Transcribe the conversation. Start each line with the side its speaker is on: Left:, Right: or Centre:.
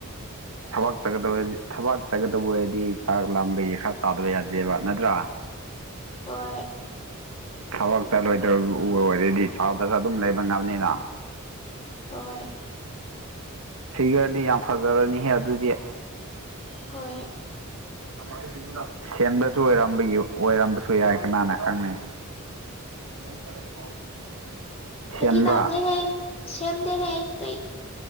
Right: ꯊꯕꯥꯛ ꯆꯠꯒꯗꯕ ꯊꯕꯥꯛ ꯆꯠꯒꯗꯕ ꯑꯣꯏꯔꯗꯤ ꯆꯥꯛ ꯂꯥꯝꯕꯒꯤ ꯈꯔ ꯆꯥꯗꯕ ꯌꯥꯗꯦꯕ ꯅꯠꯇ꯭ꯔꯥ
Left: ꯍꯣꯏ
Right: ꯊꯕꯛ ꯆꯠꯂꯣꯏꯗ ꯑꯣꯏꯔꯗꯤ ꯆꯥꯗ꯭ꯔꯁꯨ ꯑꯗꯨꯝ ꯂꯩꯕ ꯉꯝꯅꯤꯅ
Left: ꯍꯣꯏ
Right: ꯐꯤꯒꯔꯗꯤ ꯌꯥꯝ ꯐꯖꯔꯅꯤꯍꯦ ꯑꯗꯨꯗꯤ
Left: ꯍꯣꯏ
Right: <inaudible> ꯁꯦꯝꯕꯁꯨ ꯑꯣꯏꯔꯝꯕꯒꯤ ꯑꯣꯏꯔꯝꯕꯁꯨ ꯌꯥꯏ ꯀꯅꯥꯅ ꯈꯪꯅꯤ <inaudible>
Left: ꯐꯒꯤ
Right: ꯁꯦꯝꯕ꯭ꯔꯥ
Left: ꯇꯧꯕꯅꯤꯍꯦ ꯁꯦꯝꯗꯦꯍꯦ ꯀꯩ